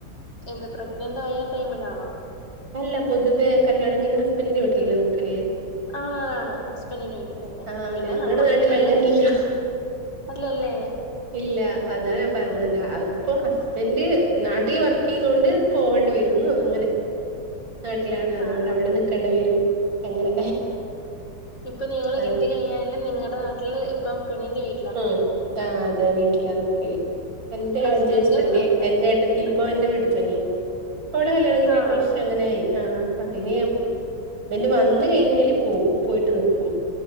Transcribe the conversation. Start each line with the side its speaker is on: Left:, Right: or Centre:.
Left: എന്ത് പ്രഗ്നന്റ് ആയ ടൈമിലാണോ?
Right: അല്ല പൊതുവെ കല്യാണം കഴിഞ്ഞ ഹസ്ബൻഡറിന്റെ വീട്ട്ലല്ലേ നിക്കല്.
Left: ആണാണാണ് ഹസ്ബൻറിന്റെ വീട്ട്ൽ. ഹെലോ
Right: ആഹ്
Left: പിന്നെ
Right: ഞങ്ങടെ
Left: നമ്മൾ
Right: നാട്ടിൽ
Left: ഇപ്പഴേ
Right: അങ്ങനെയില്ല
Left: അല്ലല്ലേ
Right: ഇല്ല അതാ ഞാൻ പറഞ്ഞത് അപ്പോ എന്റെ നാട്ട്ല് വർക്ക്യ്യുന്നോണ്ട് പോകേണ്ടി വരുന്നു അങ്ങനെ. നാട്ടിലാണ് അതുകൊണ്ട്
Left: ആ ആ
Right: അവിടെ നിക്കണ്ടി വരും അങ്ങനെ.
Left: ഇപ്പൊ നിങ്ങള്
Right: അത്
Left: കെട്ടി കഴിഞ്ഞാല് നിങ്ങടെ നാട്ട്ല് ഇപ്പം പെണ്ണിന്റെ വീ
Right: ഉം ആ അതെ വീട്ടിലാ നിക്കല്. എന്റെ
Left: ഹസ്ബൻഡും
Right: ജേഷ്ഠത്തി
Left: അല്ല
Right: എന്റെ ഏട്ടത്തി ഇപ്പൊ
Left: ആ
Right: എന്റെ വീട്ട്ത്തന്യ. ഓളെ കല്യാണ കഴിഞ്ഞി
Left: ആണോ
Right: എട്ട് വർഷം ആകാനായി ആഹ്. അ <unintelligible> വന്ന് കഴിഞ്ഞാല് പോകും പോയിട്ട് നിക്കും